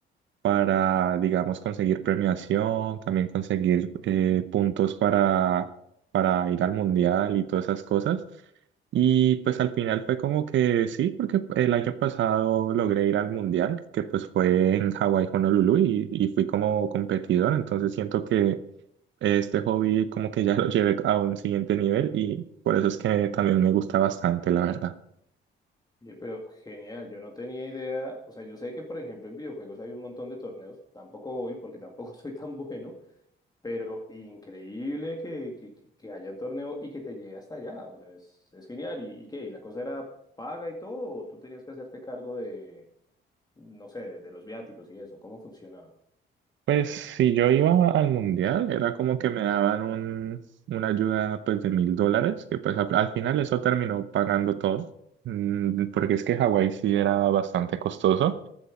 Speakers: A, on the right (about 70°); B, on the left (about 20°).
A: para,
B: Ok.
A: digamos, conseguir premiación, también conseguir eh, puntos para, para ir al mundial y todas esas cosas. Y pues al final fue como que sí, porque el año pasado logré ir al mundial, que pues fue en Hawái, Honolulu, y, y fui como competidor, entonces siento que este hobby como que ya lo <laughs> llevé a un siguiente nivel y por eso es que también me gusta bastante, la verdad.
B: Oye, pero genial, yo no tenía idea, o sea, yo sé que por ejemplo en videojuegos hay un montón de torneos, tampoco voy porque tampoco <laughs> soy tan bueno, pero increíble que, que, que- que haya un torneo y que te llegue hasta allá, o sea, es, es genial. ¿Y, y qué? ¿Y ¿La cosa era paga y todo o tú tenías que hacerte cargo de, no sé, de, de los viáticos y eso? ¿Cómo funcionaba?
A: Pues si yo iba al mundial, era como que me daban un, una ayuda pues de mil dólares, que pues al, al final eso terminó pagando todo, Mm, porque es que Hawái sí era bastante costoso.